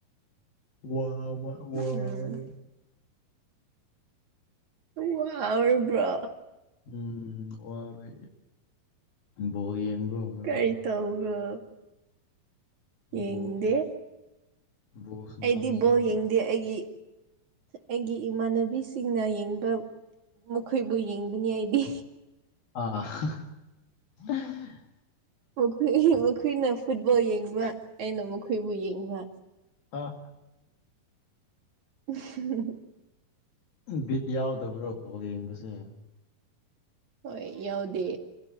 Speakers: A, on the left (about 75°); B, on the right (about 55°).
A: ꯋꯥ ꯑꯃ ꯋꯥ
B: ꯎꯝ
A: ꯔ
B: ꯋꯥꯔꯕ꯭ꯔꯣ
A: ꯎꯝ ꯑꯣꯔ ꯕꯣꯜ ꯌꯦꯡꯕ꯭ꯔꯣ ꯉꯔꯥꯡ
B: ꯀꯩ ꯇꯧꯕ꯭ꯔꯣ ꯌꯦꯡꯗꯦ
A: ꯕꯣꯜ ꯕꯣꯜ ꯁꯥꯅꯕ
B: ꯑꯩꯗꯤ ꯕꯣꯜ
A: ꯆꯠꯄ꯭ꯔꯣ
B: ꯌꯦꯡꯗꯦ ꯑꯩꯒꯤ ꯑꯩꯒꯤ ꯏꯃꯥꯟꯅꯕꯤꯁꯤꯡꯅ ꯌꯦꯡꯕ ꯃꯈꯣꯏꯕꯨ ꯌꯦꯡꯕꯅꯤ ꯑꯩꯗꯤ
A: ꯑꯥ ꯍ <inaudible>
B: ꯃꯈꯣꯏ ꯃꯈꯣꯏꯅ ꯐꯨꯠꯕꯣꯜ ꯌꯦꯡꯕ ꯑꯩꯅ ꯃꯈꯣꯏꯕꯨ ꯌꯦꯡꯕ
A: ꯑꯥ
B: <inaudible>
A: ꯕꯤꯠ ꯌꯥꯎꯗꯕ꯭ꯔꯣ ꯕꫭꯜ ꯌꯦꯡꯕꯁꯦ
B: ꯍꯣꯏ ꯌꯥꯎꯗꯦ